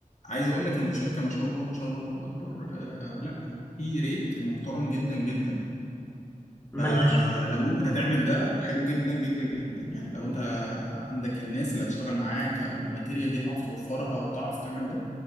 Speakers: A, on the left (about 60°); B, on the left (about 15°).
A: عايز اقول لك ان الشركه ما شاء الله ما شاء الله الله اكبر آه لا في ريت محترم جدا جدا
B: ما
A: فلو
B: انا عشان
A: انت هتعمل ده حلو جدا جدا جدا يعني لو انت عندك الناس اللي هتشتغل معاك او الماتيريال دي تعرف توفرها وتعرف تعمل ده